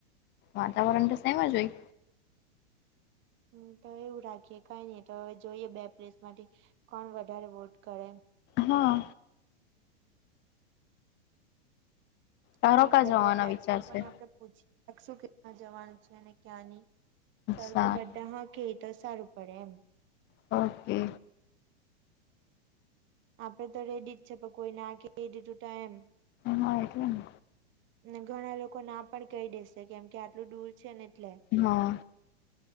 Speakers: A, on the left; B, on the right.
A: વાતાવરણ તો સેમ જ હોય.
B: હમ તો એવું રાખીએ કઈ નઈ તો હવે જોઈએ બે પ્લેસ માંથી કોણ વધારે વોટ કરે.
A: હા. તારો
B: કઈની
A: કા
B: બધા
A: જવાનો
B: ફેન્સ
A: વિચાર
B: લોકો
A: છે
B: ને આપડે <unintelligible> જવાનુ છે ને ક્યાં ની સરખું
A: સારું
B: બધા હા કેય તો સારુ પડે એમ
A: ઓકે.
B: આપડે તો રેડી જ છે પણ કોઈ ના કેય દીધું તો એમ.
A: હ એટલે ને
B: ને ઘણા લોકો ના પણ કેય દેશે કેમ કે આટલું દૂર છે ને એટલે.
A: હા